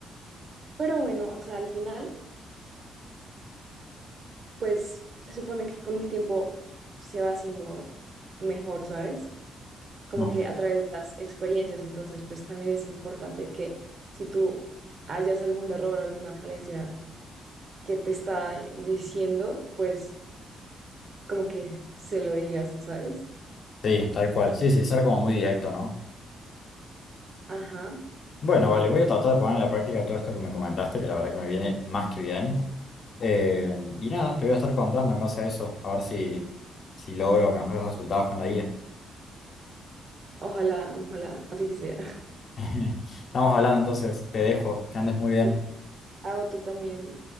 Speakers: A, on the right; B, on the left.
A: Pero bueno, o sea, al final pues se supone que con el tiempo se va haciendo mejor, ¿sabes? Como
B: mm.
A: que a través de las experiencias, entonces pues también es importante que si tú hallas algún error o alguna falencia que te está diciendo, pues como que se lo digas, ¿sabes?
B: Sí, tal cual, sí, sí, ser como muy directo, ¿no?
A: Ajá,
B: Bueno, vale, voy a tratar de poner en la práctica todo esto que me comentaste, que la verdad que me viene más que bien. Eh, y nada, te voy a estar contando en base a eso, a ver si, si logro mejores resultados con la guía.
A: ojalá, ojalá, así sea.
B: <laughs> Estamos hablando entonces, te dejo, que andes muy bien.
A: <laughs> Ah, o tú también.